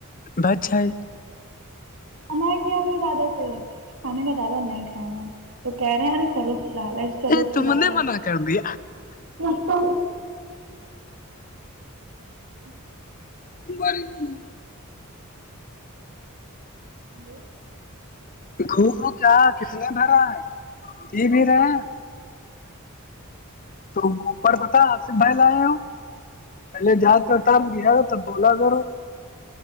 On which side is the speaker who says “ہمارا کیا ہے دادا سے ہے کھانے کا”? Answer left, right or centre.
Right